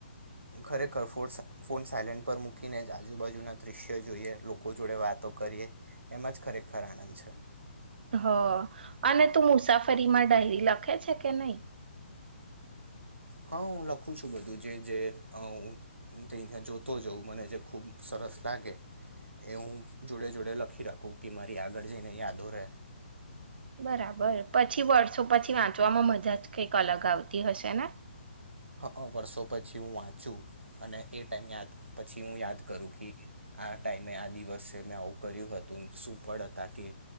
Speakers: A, on the right; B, on the right.
A: ખરેખર ફોષ ફોન સાયલેન્ટ પર મૂકીને આજુબાજુના દ્રશ્યો જોઈએ લોકો જોડે વાતો કરીએ એમાં જ ખરેખર આનંદ છે
B: હ અને તું મુસાફરીમાં ડાયરી લખે છે કે નહી
A: હા હું લખું છું બધું જે જે હા હુ ત ત્યાં જોતો જાઉં મને જે ખૂબ સરસ લાગે એ હું જોડે જોડે લખી રાખું કે મારી આગળ જઈને યાદો રહેે
B: બરાબર પછી વર્ષો પછી વાંચવામાં મજા જ કઈક અલગ આવતી હશે ને
A: હ વર્ષો પછી હું વાંચું અને એ ટાઈમ યાદ પછી હું યાદ કરું કે આ ટાઈમે આ દિવસે મેં આવું કર્યું હતું સુુંપળ હતા કે